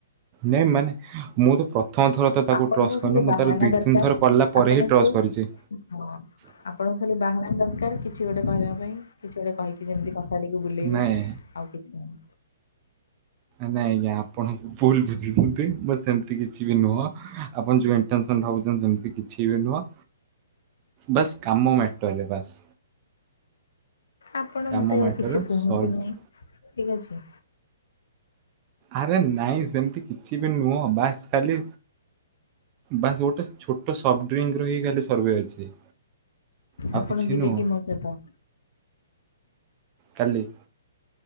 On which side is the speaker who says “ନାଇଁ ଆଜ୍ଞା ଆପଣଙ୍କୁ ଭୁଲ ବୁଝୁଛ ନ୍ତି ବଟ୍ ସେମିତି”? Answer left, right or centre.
Right